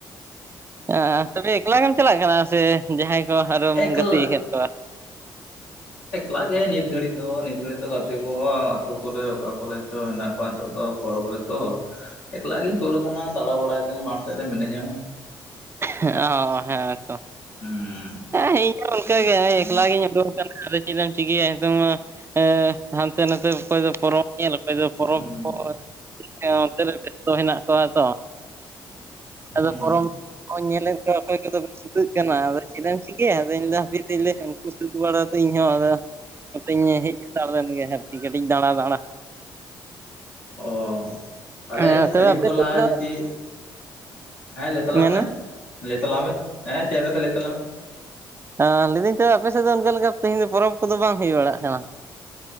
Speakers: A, on the right (about 25°); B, on the left (about 85°).
A: ᱦᱚᱸ ᱛᱚᱵᱮ ᱮᱠᱞᱟ ᱜᱮᱢ ᱪᱟᱞᱟᱜ ᱠᱟᱱᱟ ᱥᱮ ᱡᱟᱦᱟᱸᱭ ᱠᱚ ᱟᱨᱦᱚᱢ
B: ᱮᱠᱞᱟ
A: ᱜᱟᱛᱮ ᱟᱠᱟᱫ ᱠᱚᱣᱟ᱾
B: ᱮᱠᱞᱟ ᱜᱮ ᱱᱤᱛ ᱜᱷᱟᱹᱲᱤᱡ ᱫᱚ ᱱᱤᱛ ᱜᱷᱟᱹᱲᱤᱡ ᱫᱚ ᱜᱟᱛᱮ ᱠᱚᱦᱚᱸ᱾ ᱛᱚ ᱯᱚᱨᱮ ᱚᱠᱟ ᱠᱚᱨᱮ ᱪᱚ ᱢᱮᱱᱟᱜ ᱠᱚᱣᱟ ᱱᱤᱛᱚᱜ ᱫᱚ ᱯᱚᱨᱚᱵᱽ ᱨᱮᱛᱚ, ᱮᱠᱞᱟ ᱜᱤᱧ ᱛᱳᱫ ᱟᱠᱟᱱᱟ ᱫᱟᱬᱟ ᱵᱟᱲᱟᱭ ᱫᱟᱹᱧ ᱢᱟᱴᱷ ᱥᱮᱫ ᱨᱮ ᱢᱤᱱᱟᱹᱧᱟ,
A: ᱚ ᱦᱮᱸ ᱛᱚᱻ
B: ᱦᱩᱸ
A: ᱦᱮᱸ ᱤᱧᱦᱚ ᱚᱱᱠᱟᱜᱮ ᱱᱚᱜ-ᱚᱭ ᱮᱠᱞᱟ ᱜᱤᱧ ᱩᱰᱩᱠ ᱟᱠᱟᱱᱟ ᱟᱫᱚ ᱪᱮᱫ ᱮᱢ ᱪᱤᱠᱟᱹᱭᱟ ᱱᱤᱛᱚᱝ ᱢᱟ᱾ ᱮᱸ ᱦᱟᱱᱛᱮ ᱱᱟᱛᱮ ᱚᱠᱚᱭ ᱫᱚ ᱯᱚᱨᱚᱵᱽ ᱧᱮᱞ ᱚᱠᱚᱭ ᱫᱚ ᱯᱚᱨᱚᱵᱽ
B: ᱦᱩᱸ
A: ᱠᱚ ᱦᱮᱸ ᱚᱱᱛᱮ ᱨᱮ ᱵᱮᱥᱛᱚ ᱦᱮᱱᱟᱜ ᱠᱚᱣᱟ ᱛᱚ
B: ᱦᱩᱸ
A: ᱟᱫᱚ ᱠᱚᱨᱚᱱ ᱚᱸ ᱧᱮᱞᱮᱫ ᱜᱮᱭᱟ ᱚᱠᱚᱭ ᱠᱚ ᱫᱚ᱾ ᱥᱩᱛᱟᱹᱜ ᱠᱟᱱᱟ ᱟᱫᱚ ᱪᱮᱫᱮᱢ ᱪᱷᱤᱠᱟᱹᱭ‌ᱟ ᱟᱫᱚᱧ ᱞᱟᱹᱭᱫᱟ ᱦᱟᱯᱮ ᱛᱟᱦᱮᱞᱮ ᱩᱱᱠᱩ ᱥᱟᱹᱛ ᱵᱟᱲᱟ ᱛᱮ ᱤᱧᱦᱚ ᱟᱫᱚ᱾ ᱱᱚᱛᱮᱧ ᱦᱮᱡ ᱦᱟᱛᱟᱲ ᱞᱮᱱᱜᱮ ᱟᱨᱠᱤ ᱠᱟᱹᱴᱤᱡ ᱫᱟᱬᱟ ᱫᱟᱬᱟ᱾
B: ᱚ ᱛᱟᱦᱞᱮ
A: ᱦᱮᱸ ᱛᱚᱵᱮ
B: ᱠᱷᱟᱹᱱᱤ
A: ᱟᱯᱮ
B: ᱠᱷᱚᱱ
A: ᱥᱮᱫ
B: ᱞᱟᱦᱟ
A: ᱫᱚ
B: ᱡᱩᱫᱤ, ᱦᱮᱸ ᱞᱟᱹᱭ ᱛᱟᱞᱟᱝ
A: ᱢᱮᱱᱢᱮ
B: ᱢᱮ ᱞᱟᱹᱭ ᱛᱟᱞᱟᱝ ᱢᱮ ᱦᱮᱸ ᱪᱮᱫ ᱮᱢ ᱞᱟᱹᱭᱮᱫᱟ ᱞᱟᱹᱭ ᱛᱟᱞᱟᱝ ᱢᱮ,
A: ᱦᱮᱸ ᱞᱟᱹᱭᱮᱫᱟᱹᱧ ᱛᱚᱵᱮ ᱟᱯᱮ ᱥᱮᱫ ᱫᱚ ᱚᱱᱠᱟ ᱞᱮᱠᱟ ᱛᱮᱦᱮᱧ ᱫᱚ ᱯᱚᱨᱚᱵᱽ ᱠᱚᱫᱚ ᱵᱟᱝ ᱦᱩᱭ ᱵᱟᱲᱟᱜ ᱠᱟᱱᱟ᱾